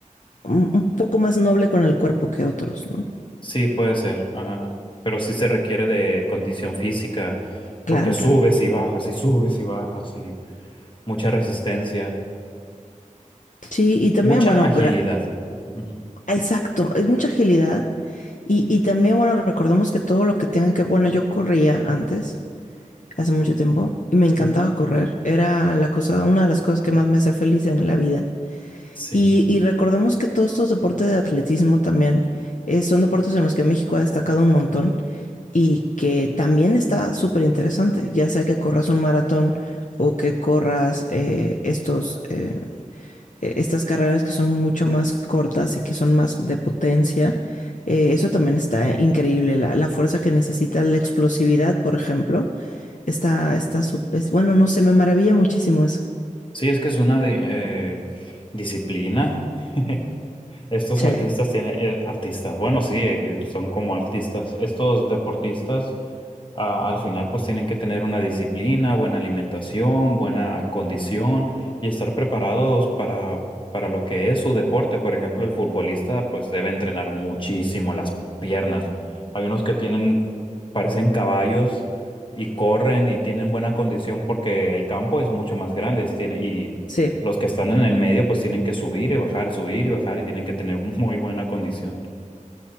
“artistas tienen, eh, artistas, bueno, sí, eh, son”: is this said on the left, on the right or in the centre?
Left